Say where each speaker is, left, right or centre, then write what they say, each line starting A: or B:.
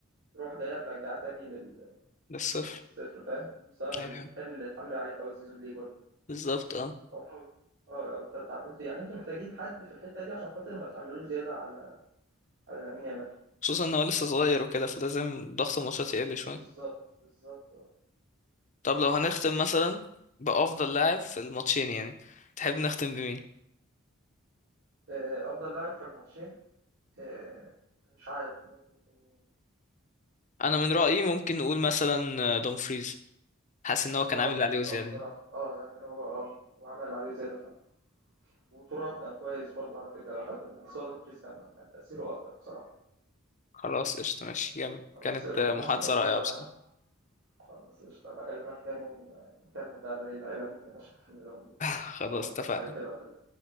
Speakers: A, on the right; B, on the left.
A: تروح جاية مرجعاه تاني لل-
B: للصفر
A: لنقطة الصفر فاهم بسبب
B: ايوه
A: الحمل اللي اتحمل عليه في أول سيزون ليه برضه
B: بالظبط اه
A: أو لو اه لو كنت عملته يعني انتوا محتاجين حد في الحتة دي عشان خاطر ما تحملوش زيادة على على لامين يامال
B: خصوصا ان هو لسه صغير وكده فلازم ضغط الماتشات يقل شوية
A: بالظبط بالظبط اه
B: طب لو هنختم مثلا بأفضل لاعب في الماتشين يعني تحب نختم بمين
A: آه، أفضل لاعب في الماتشين آه، مش عارف ممكن يكون مين
B: انا من رأيي ممكن نقول مثلا دومفريز حاسس ان هو كان
A: اه
B: عامل اللي عليه وزيادة
A: اه بصراحة
B: يعني.
A: اه يعني هو اه هو عمل عليه زيادة فعلا وترام كان كويس برضه على فكرة لحد ما بس هو دومفريز كان كان تأثيره أكتر بصراحة
B: خلاص قشطة ماشي جامد
A: خلاص
B: كانت
A: قشطة
B: محادثة
A: ماشي لو
B: رائعة
A: كده
B: بصراحة
A: خلاص قشطة هابقى أكلمك تاني ن- نكمل بقى باقي اللعيبة اللي ما لحقناش نكملهم دول،
B: <laughs> خلاص
A: أخلّص
B: اتفقنا
A: كام حاجة كده وأكلمك،